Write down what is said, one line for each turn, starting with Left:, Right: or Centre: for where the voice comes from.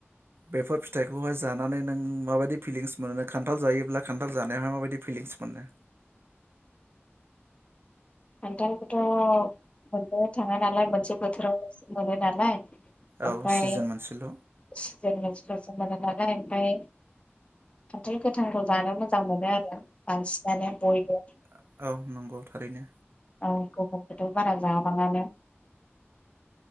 Right: बेफोर फिथाइखौहाय जानानै नों माबायदि फिलिंस मोनो खान्थाल जायोब्ला खान्थाल जानायावहाय माबायदि फिलिंस मोनो?
Left: खान्थालखौथ' मोननो थाङा नालाय मोनसे बोथोरावल'सो मोनो नालाय ओमफाय
Right: औ सिजोन मोनसेल'
Left: <unintelligible> <unintelligible> मोनो नालाय ओमफाय खान्थाल गोथांखौ जानो मोजां मोनो आरो। बांसिनानो बयबो
Right: औ नंगौ थारैनो
Left: औ <unintelligible> थ' बारा जाबाङानो।